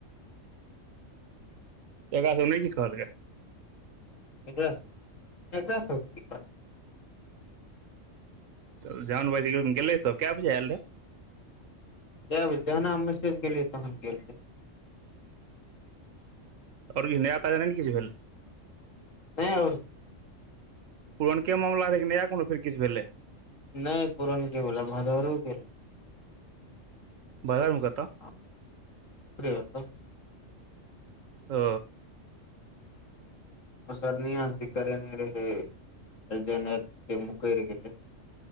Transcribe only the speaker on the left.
वेहा एकरा सभ केँ कि दिक्कट
क्या बजे जहन हम मैसेज गेलियै तहन गेलिये
नहि आओर
नहि पूरण के बोला भरवरो के रहे
ओकरे ओत
मुसरनी दी करे ने रहे से मुकैर गेले